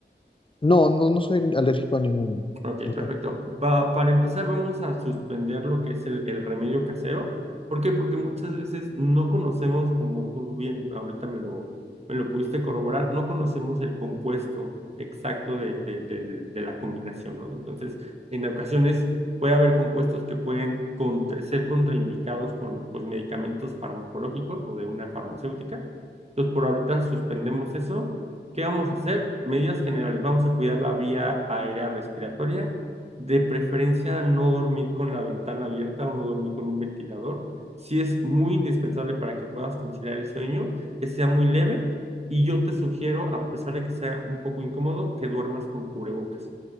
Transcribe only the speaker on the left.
No, no, no soy alérgico a ninguno,
doctor.